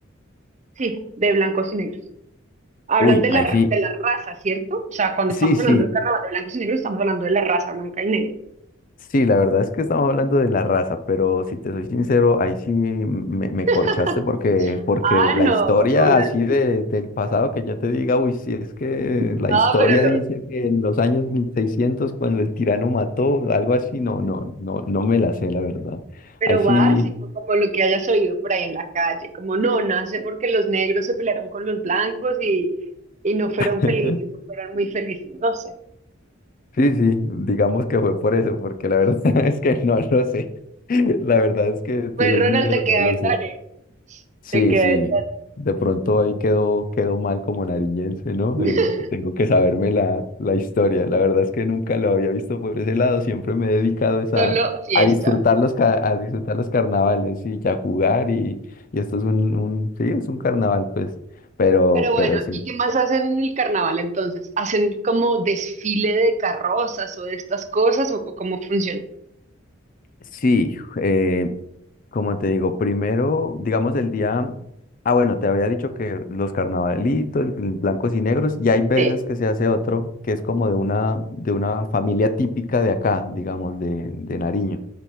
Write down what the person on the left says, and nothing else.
uy,
ahí
sí,
sí,
sí,
sí, la verdad es que estamos hablando de la raza, pero si te soy sincero, ahí sí me, me corchaste
porque, porque
la
historia
así de, del pasado que yo te diga, uy, si es que la
historia
dice
que en los años 1600 cuando el tirano mató, algo así, no, no, no, no me la sé, la verdad.
Ahí sí,
<laughs>
sí, sí, digamos que fue por eso, porque la verdad <laughs> es que no lo sé. <laughs> La verdad es que te
soy
sincero,
no lo
sé. Sí,
sí.
De pronto ahí quedó, quedó mal como nariñense, ¿no?
Eh, tengo que saberme la, la historia. La verdad es que nunca lo había visto por ese lado. Siempre me he dedicado es
a,
a disfrutar los, ca- a disfrutar los carnavales y a jugar. Y, y esto es un, un- sí, es un carnaval, pues. Pero,
pero sí.
Sí, eh, Como te digo, primero, digamos el día, ah bueno, te había dicho que los carnavalitos, el- el blancos y negros, y hay veces
que se hace otro que es como de una, de una familia típica de acá, digamos, de, de Nariño.